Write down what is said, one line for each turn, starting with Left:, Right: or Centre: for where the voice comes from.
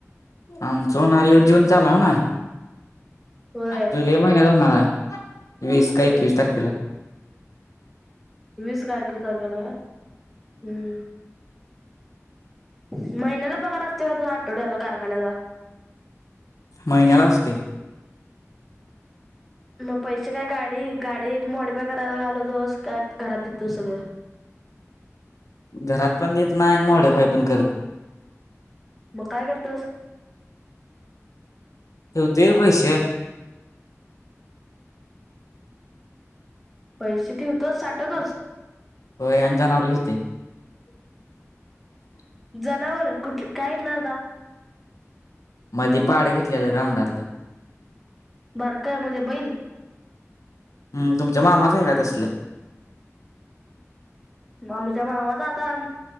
Left: आमच होणार यो जून चालाव ना
Centre: होय
Left: जुलै महिन्यात होणार आहे वीस का एकवीस तारखेला
Centre: वीस काय एकवीस तारखेला का हम्म <unintelligible> महिन्याला पगार असते का तुझ आठवड्याला कारखान्याचा
Left: महिन्याला असते
Centre: मग पैसे काय गाडी गाडी मोडीपाय करायला घालवतोस काय घरात देतो सगळं
Left: घरात पण देत नाही मोडे भाई पण करत
Centre: मग काय करतोस
Left: हेट कैसे
Centre: पैसे ठेवतोच साठवतोच
Left: हो आण जाणारवर घिसती <unintelligible>
Centre: जनावर कुठ कायल आता
Left: मधी पाड घेतलेलं राऊंडातलं
Centre: बर काय म्हणजे बैल
Left: हम्म तुमच्या मामा चे आहे हे का असलं
Centre: अमच्या मावा द <unintelligible>